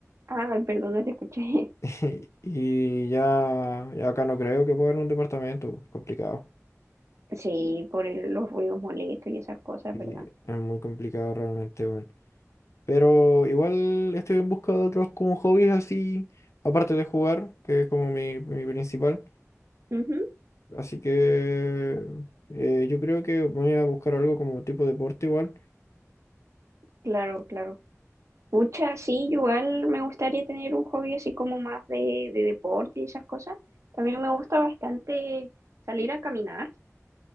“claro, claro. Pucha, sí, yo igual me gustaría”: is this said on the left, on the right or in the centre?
Right